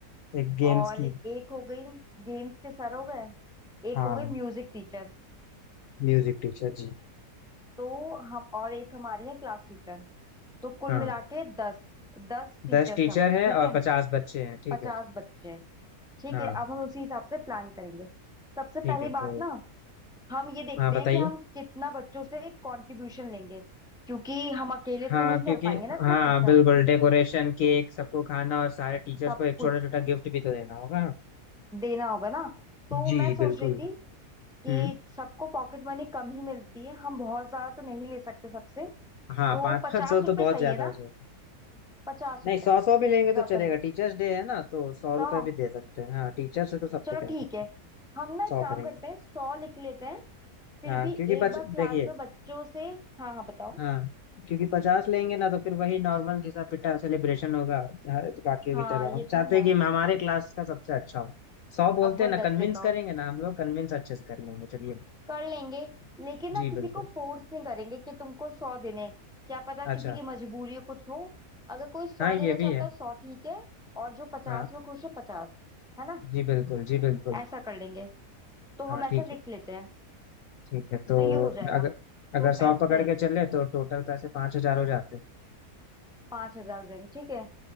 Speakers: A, on the left; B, in the centre.
A: एक गेम्स
B: और
A: की
B: एक हो गई गेम्स के सर हो गए एक
A: हाँ
B: हो गई म्यूजिक टीचर
A: Music teacher जी
B: तो हम और एक हमारी है क्लास टीचर तो कुल
A: हाँ
B: मिला के दस दस टीचर्स
A: दस टीचर
B: हैं हमारे
A: हैं
B: ठीक
A: और
B: है
A: पचास बच्चे हैं ठीक
B: पचास
A: है
B: बच्चे हैं ठीक
A: हाँ
B: है अब हम उसी हिसाब से प्लान करेंगे सबसे
A: ठीक
B: पहली
A: है
B: बात
A: तो
B: ना हम ये देखते
A: हाँ बताइए
B: हैं कि हम कितना बच्चों से कंट्रीब्यूशन लेंगे क्योंकि हम अकेले तो
A: हाँ
B: नहीं
A: क्योंकि
B: कर पाएंगे ना इतना
A: हाँ
B: खर्चा
A: बिल्कुल डेकोरेशन केक सबको खाना और सारे टीचर्स
B: सब
A: को एक
B: कुछ
A: छोटा छोटा गिफ्ट भी तो देना होगा
B: देना होगा ना तो
A: जी
B: मैं सोच
A: बिल्कुल
B: रही थी
A: हम्म
B: कि सबको पॉकेट मनी कम ही मिलती है हम बहुत ज्यादा तो नहीं ले सकते सबसे
A: हाँ
B: तो
A: पाँच
B: पचास
A: पाँच सौ
B: रुपए
A: तो बहुत
B: सही
A: ज्यादा
B: है ना
A: हो जाएगा
B: पचास
A: नहीं
B: रुपए
A: सौ सौ भी लेंगे
B: ज्यादा
A: तो चलेगा
B: नहीं
A: टीचर्स डे है ना तो सौ
B: सौ
A: रुपये भी दे सकते हैं हाँ टीचर से तो सबको
B: चलो
A: क्या
B: ठीक
A: होता
B: है
A: है
B: हम ना एक
A: सौ
B: काम
A: करेंगे
B: करते हैं सौ लिख लेते हैं फिर
A: हाँ
B: भी
A: क्योंकि
B: एक
A: पच
B: बार
A: देखिए
B: क्लास में बच्चों से हाँ हाँ बताओ
A: हाँ क्योंकि पचास लेंगे ना तो फिर वही नॉर्मल घिसा पिटा सेलिब्रेशन होगा हर- बाकियों
B: हाँ
A: की तरह
B: ये
A: हम चाहते
B: तो है
A: हैं कि हम- हमारे क्लास का सबसे अच्छा हो सौ बोलते
B: अव्वल
A: हैं ना
B: दर्जे
A: कन्विंस
B: का हो
A: करेंगे ना हम लोग कन्विंस अच्छे से कर लेंगे चलिए
B: कर लेंगे लेकिन ना
A: जी
B: किसी
A: बिल्कुल
B: को फोर्स नहीं करेंगे कि तुमको सौ देने हैं। क्या पता
A: अच्छा
B: किसी की मजबूरी हो कुछ हो अगर कोई सौ
A: हाँ ये
B: देना
A: भी
B: चाहता
A: है
B: है सौ ठीक है और जो पचास
A: हाँ
B: में खुश है पचास है ना
A: जी बिल्कुल जी बिल्कुल
B: ऐसा कर लेंगे तो
A: हाँ
B: हम ऐसा
A: ठीक
B: लिख
A: है
B: लेते हैं
A: ठीक है तो
B: तो ये हो जाएगा
A: अगर
B: तो
A: अगर
B: पैसे
A: सौ पकड़ के चले तो टोटल पैसे पाँच हजार हो जाते हैं
B: पांच हजार हो जाएंगे ठीक है